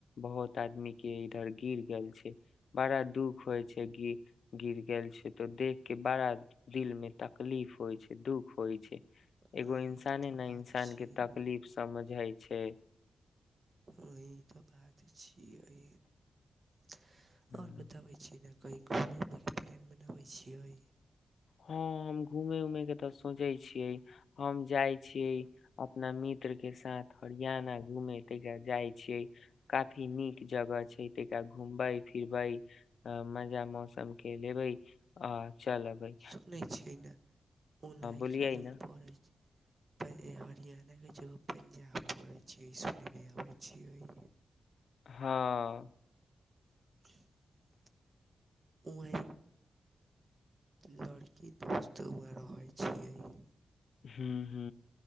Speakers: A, on the left; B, on the right.
A: बहुत आदमी के इधर गिर गेल छै बड़ा दुख होय छैि गिर गेल छै तो देख के बड़ा दिल में तकलीफ होइ छै दुख होइ छै। एगो
B: हँ
A: इंसाने
B: ई तऽ
A: ने
B: बात
A: इंसान
B: छियै
A: के तकलीफ समझ हइ छै। छै। <unintelligible>
B: अह तऽ बात छियै। <unintelligible>
A: हम्म।
B: आओर बताबै छी ने। कहीँ घूमै उमैके प्लान बनाबै छियै। <unintelligible>
A: हँ हम घूमे उमे के तऽ सोचै छियै हम जाय छिये अपना मित्र के साथ हरियाणा घूमे तिका जाय छियै काफी नीक जगह छै तका घूमबे- फिरबे अ मजा मौसम के लेबे आ चलबे।
B: सुनै छियै ने ओना
A: बोलियै
B: क दन
A: न
B: पड़ै छै। प हरियाणाके जगह पंजाब पढ़ैत छियै सुनयमे अबैत छियै।
A: हँ। <unintelligible>
B: <inaudible> वह लड़की दोस्त वहाँ रहै छियै।
A: ह्म ह